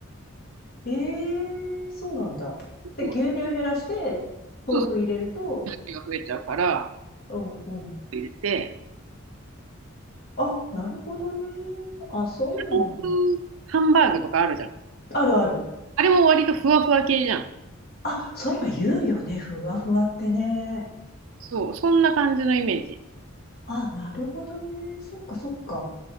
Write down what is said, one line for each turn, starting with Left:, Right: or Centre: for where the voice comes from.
Left: ええそうなんだ。で、
Right: そう
Left: 牛乳減らして、豆腐入れると、
Right: そうそう。味が増えちゃうから、
Left: うん、うん。
Right: 入れて、
Left: あ、なるほどね。あ、そういうのもある。
Right: 豆腐ハンバーグとかあるじゃん。
Left: あるある。
Right: あれも割とふわふわ系じゃん。
Left: あ、そういえば言うよね。ふわふわってね。
Right: そう、そんな感じのイメージ。
Left: あ、なるほどね。そっか、そっか。